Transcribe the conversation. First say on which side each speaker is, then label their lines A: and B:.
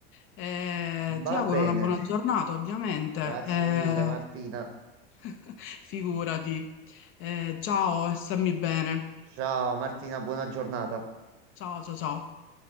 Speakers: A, on the left; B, on the right.
A: Eh, ti
B: Va
A: auguro
B: bene,
A: una buona giornata, ovviamente.
B: grazie
A: Eh,
B: mille Martina.
A: <laughs> figurati. Eh, ciao e stammi bene.
B: Ciao Martina, buona giornata.
A: Ciao, ciao, ciao.